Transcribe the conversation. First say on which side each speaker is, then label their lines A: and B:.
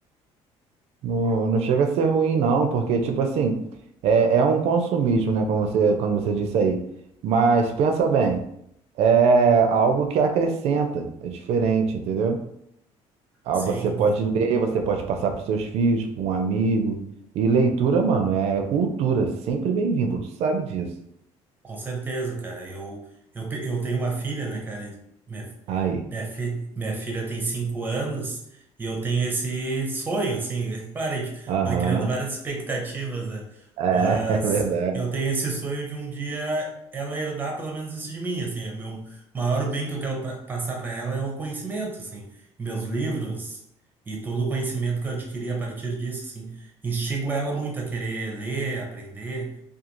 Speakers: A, on the right; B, on the right.
A: Não, não chega a ser ruim, não, porque, tipo assim, é, é um consumismo, né? Como você, quando você disse aí. Mas pensa bem, é algo que acrescenta, é diferente, entendeu? Ah,
B: sim,
A: você pode ler, você pode passar para seus filhos, para um amigo. E leitura, mano, é cultura, sempre bem-vinda, tu sabe disso.
B: Com certeza, cara. Eu, eu, pe- eu tenho uma filha, né, cara? Minha,
A: Aí,
B: minha, fi- minha filha tem cinco anos e eu tenho esse sonho, assim. <laughs> Claro, a gente
A: aham,
B: vai criando várias expectativas, né?
A: é,
B: Mas
A: <laughs> é verdade.
B: eu tenho esse sonho de um dia ela herdar pelo menos isso de mim, assim. É meu maior bem que eu quero pa- passar para ela é o conhecimento, assim. Meus livros e todo o conhecimento que eu adquiri a partir disso, assim. Instigo ela muito a querer ler, aprender,